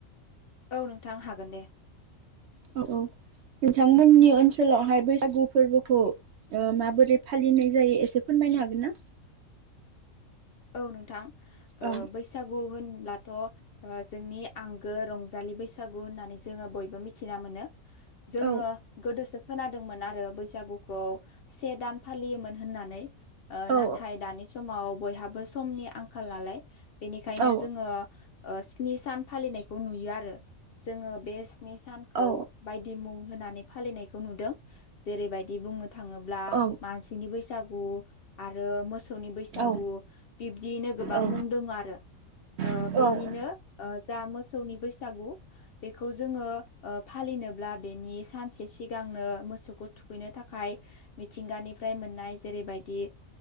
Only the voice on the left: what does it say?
औ नोंथां हागोन दे
औ नोंथां
बैसागु होनब्लाथ' जोंनि आंगो रंजा लि बैसागु होननानै जोङो बयबो मिथिना मोनो जोङो
गोदो खोनादोंमोन आरो बैसागुखौ से दान फालियोमोन होननानै
नाथाय दानि समाव बयहाबो समनि आंखाल नालाय बेनिखायनो
जोङो स्नि सान फालिनायखौ नुयो आरो जोङो बे स्नि सानखौ
बायदि मुं होनानै फालिनायखौ नुदों जेरैबायदि बुंनो थाङोब्ला
मानसिनि बैसागु आरो मोसौनि बैसागु
बिब्दियैनो गोबां
मुं दङ आरो
बेनिनो ओह मोसौनि बैसागु बेखौ जोङो फालिनोब्ला बेनि सानसे सिगां मोसौखौ थुखैनो थाखाय मिथिंगानिफ्राय मोननाय जेरैबायदि